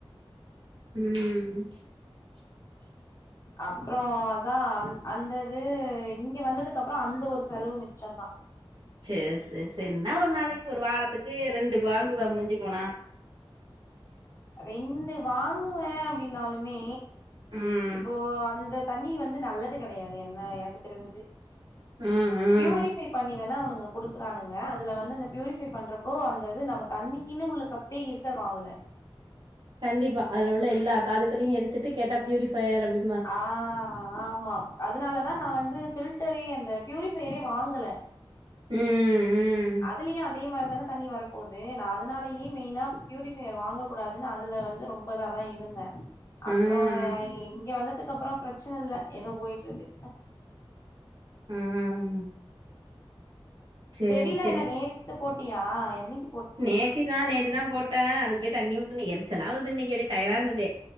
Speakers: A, on the right (about 55°); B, on the left (about 35°).
A: ம் <inaudible>
B: அப்ரொ அதா அந் அந்தது இங்க வந்ததுக்கப்ரொ அந்த செலவு மிச்சொந்தா
A: சேர் சேர் சேர் என்னா ஒர் நாளைக்கு ஒரு வாரத்துக்கு ரெண்டு வாங்குவ முஞ்சுபோனா
B: ரெண்டு வாங்குவே அப்டினாலுமே
A: ம்
B: இப்போ அந்த தண்ணி வந்து நல்லது கெடையாது என்ன எனக்கு தெரிஞ்சு
A: ம் ம்
B: ப்யூரிஃபை பண்ணிதானே அவனுங்க குடுப் குறானுங்க அதுல வந்து அந்த பியூரிஃபை பண்றப்போ அந்தது நம்ம தண்ணிக்குன்னு உள்ள சத்தேருக்காதா அதுல
A: கண்டிப்பா அதுல உள்ள எல்லா தாதுக்கலையூ எடுத்துட்டு கேட்டா பியூரிஃபயர் அப்டி
B: ஆ ஆம்மா அதுனாலதா நா வந்து ஃபில்டரே அந்த பியூரிஃபையரே வாங்கல
A: ம் ம்
B: அதுலியூ அதே மாரிதான தண்ணி வரு போது நா அதுனாலயே மெயினா பியூரிஃபயர் வாங்க கூடாதுன்னு அதுல வந்து ரொம்ப இதாதா இருந்த
A: ம்
B: அப்ரொ
A: ம்
B: இங்க வந்தத்துக்கு அப்ரொ பிரச்சன இல்ல ஏதோ போயிட்ருக்கு
A: ம் சேரி
B: செடிலா
A: சேரி
B: என்ன நேத்து போட்டியா என்னக்கி
A: நேத்திதா நேத்திதா போட்ட அதுக்கு போய் தண்ணி ஊத்தனு எரிச்சலா வருது இன்னைக்கு அப்டியே டயர்டா இருந்தது